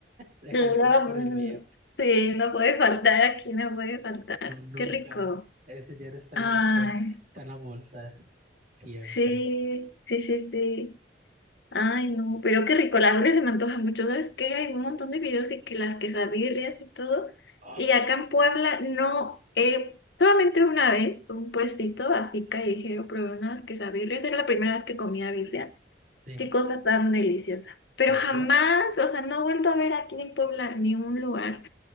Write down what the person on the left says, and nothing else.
Lo-
mm,
sí, no puede faltar aquí, no puede faltar.
Qué rico.
Ay,
sí, sí, sí, sí. Ay, no, pero qué rico, la birria se me antoja mucho. ¿Sabes qué? Hay un montón de videos y que las quesabirrias y todo.
Y acá en Puebla no, eh, solamente una vez, un puestito así callejero, probé unas quesabirrias. Era la primera vez que comía birria.
Qué cosa tan deliciosa. Pero
jamás,
o sea, no he vuelto a ver aquí en Puebla ni un lugar